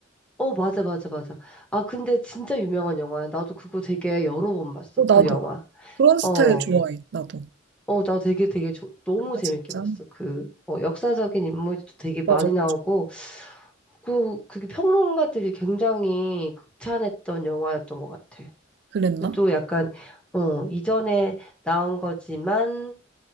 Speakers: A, in the centre; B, on the right (about 60°).
A: 어, 맞아, 맞아, 맞아. 아, 근데 진짜 유명한 영화야. 나도 그거 되게 여러 번 봤어,
B: 오,
A: 그
B: 나도.
A: 영화.
B: 그런 스타일
A: 어,
B: 좋아해, 나도.
A: 어, 나 되게 되게 조- 너무
B: 아,
A: 재밌게
B: 진짜?
A: 봤어. 그, 어, 역사적인 인물도 되게 많이
B: 맞아,
A: 나오고,
B: 맞아.
A: 그, 그게 평론가들이 굉장히 극찬했던 영화였던 것 같아.
B: 그랬나?
A: 근데 또 약간, 어, 이전에 나온 거지만,